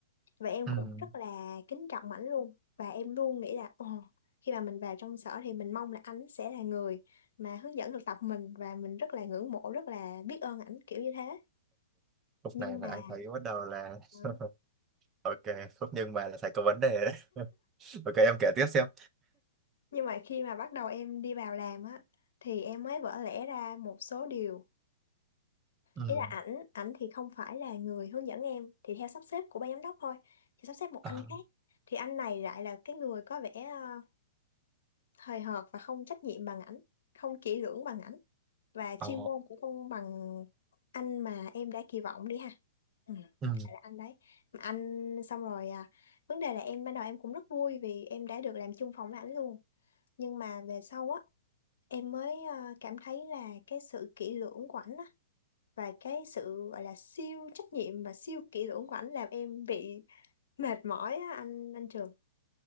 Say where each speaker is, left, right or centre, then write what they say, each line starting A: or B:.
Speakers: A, on the left; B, on the right.
A: và em
B: Ừ.
A: cũng rất là kính trọng ảnh luôn và em luôn nghĩ là ồ, khi mà mình vào trong sở thì mình mong là ảnh sẽ là người mà hướng dẫn thực tập mình và mình rất là ngưỡng mộ rất là biết ơn ảnh kiểu như thế
B: lúc
A: nhưng
B: này là
A: mà
B: anh thấy bắt đầu là
A: đó.
B: <laughs> ok Phúc nhưng mà là phải có vấn đề đấy <laughs> ok em kể tiếp xem
A: nhưng mà khi mà bắt đầu em đi vào làm á thì em mới vỡ lẽ ra một số điều
B: ừ.
A: ý là ảnh ảnh thì không phải là người hướng dẫn em thì theo sắp xếp của ban giám đốc thôi thì sắp xếp một
B: ờ
A: anh khác thì anh này lại là cái người có vẻ ờ, hời hợt và không trách nhiệm bằng ảnh không kỹ lưỡng bằng ảnh và
B: ờ
A: chuyên môn cũng không bằng anh mà em đã kỳ vọng đi ha ừ.
B: ừ
A: phải là anh đấy mà anh xong rồi à, vấn đề là em ban đầu em cũng rất vui vì em đã được làm chung phòng với ảnh luôn nhưng mà về sau á em mới à, cảm thấy là cái sự kỹ lưỡng của ảnh á và cái sự gọi là siêu trách nhiệm và siêu kỹ lưỡng của ảnh làm em bị mệt mỏi á anh anh Trường